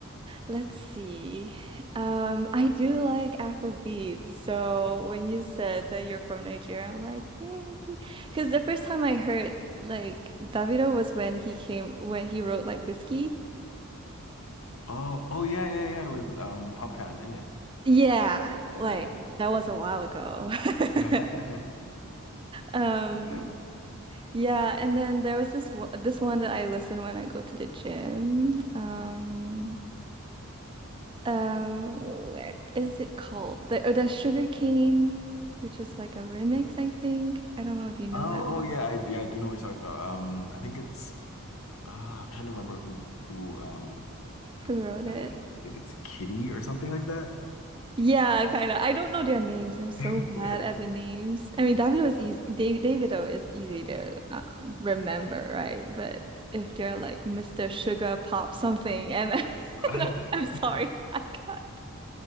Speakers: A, on the right; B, on the left.
A: let's see. Um, I do like Afro beats. So when you said that you're from Nigeria, I'm like, yay. Because the first time I heard like Davido was when he came when he wrote like Whiskey.
B: Oh, oh yeah, yeah, yeah. With um, Popcan in it.
A: Yeah,
B: Yeah.
A: like that was a while ago.
B: <laughs>
A: <laughs> Um,
B: Right, yeah.
A: yeah, and then there was this wo- this one that I listen when I go to the gym. Um, um, where is it called? The oh, the Sugar Cane, which is like a remix, I think. I don't know if you know
B: Oh,
A: that one.
B: oh yeah, I yeah, I do know what you're talking about. Um, I think it's uh, I'm trying to remember who who um
A: Who wrote
B: sang
A: it?
B: it. I think it's Kitty or something like that.
A: Yeah, kind of. I don't know their names. I'm so
B: <laughs>
A: bad
B: Fair.
A: at the names. I mean, Davido is easy. Dave Davido is easy to um, remember, right? But if they're like Mr. Sugar Pop something, and <laughs>
B: Uh,
A: no,
B: <laughs>
A: I'm sorry, I can't.